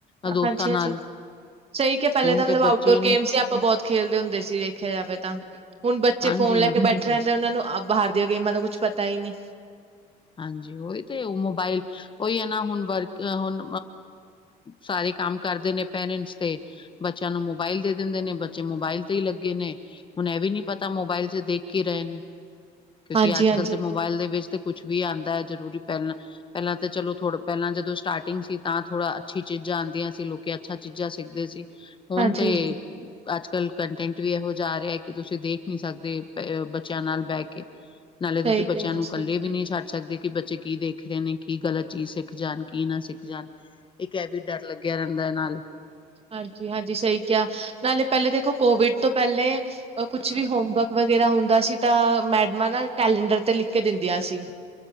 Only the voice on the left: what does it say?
ਅ ਦੋਸਤਾਂ
ਨਾਲ,
ਹੁਣ
ਤੇ
ਬੱਚੇ ਨੇ
ਹਾਂਜੀ।
ਹਾਂਜੀ ਉਹੀ ਤੇ ਉਹ ਮੋਬਾਇਲ ਉਹੀ ਹੈ ਨਾ ਹੁਣ ਵਰਕ ਹੁਣ ਸਾਰੇ ਕੰਮ ਕਰਦੇ ਨੇ ਪੇਰੈਂਟਸ ਤੇ ਬੱਚਿਆਂ ਨੂੰ ਮੋਬਾਇਲ ਦੇ ਦਿੰਦੇ ਨੇ, ਬੱਚੇ ਮੋਬਾਇਲ ਤੇ ਹੀ ਲੱਗੇ ਨੇ ਹੁਣ ਇਹ ਵੀ ਨੀ ਪਤਾ ਮੋਬਾਇਲ ਚ ਦੇਖ ਹੀ ਰਹੇ ਨੇ, ਕਿਉਂਕਿ
ਅੱਜ
ਕੱਲ ਤੇ ਮੋਬਾਇਲ ਦੇ ਵਿੱਚ ਤੇ ਕੁਛ ਵੀ ਆਉਂਦਾ ਹੈ, ਜ਼ਰੂਰੀ ਪਹਿਲਾਂ ਪਹਿਲਾਂ ਤਾਂ ਚਲੋ ਥੋ ਪਹਿਲਾਂ ਜਦੋਂ ਸਟਾਰਟਿੰਗ ਸੀ, ਤਾਂ ਥੋੜਾ ਅੱਛੀ ਚੀਜ਼ਾਂ ਆਉਂਦੀਆਂ ਸੀ ਲੋਕ ਅੱਛਾ ਚੀਜ਼ਾਂ ਸਿੱਖਦੇ ਸੀ, ਹੁਣ
ਤੇ ਅੱਜ ਕੱਲ ਕੰਟੈਂਟ ਵੀ ਇਹੋ ਜਾ ਰਿਹਾ ਕਿ ਤੁਸੀਂ ਦੇਖ ਨੀ ਸਕਦੇ ਬ ਬੱਚਿਆਂ ਨਾਲ ਬਹਿ ਕੇ, ਨਾਲੇ
ਤੁਸੀਂ ਬੱਚਿਆਂ
ਨੂੰ
ਇਕੱਲੇ
ਵੀ ਨਹੀਂ ਛੱਡ ਸਕਦੇ, ਕਿ ਬੱਚੇ ਕੀ ਦੇਖ ਰਹੇ ਨੇ, ਕੀ ਗਲਤ ਚੀਜ਼ ਸਿੱਖ ਜਾਣ, ਕੀ ਨਾ ਸਿੱਖ ਜਾਣ ਇਕ ਇਹ ਵੀ ਡਰ ਲੱਗਿਆ ਰਹਿੰਦਾ ਹੈ ਨਾਲ